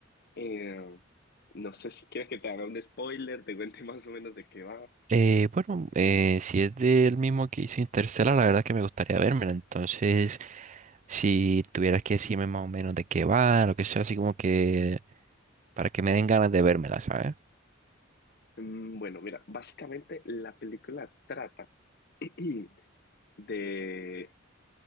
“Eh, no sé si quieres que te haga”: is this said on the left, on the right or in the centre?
Left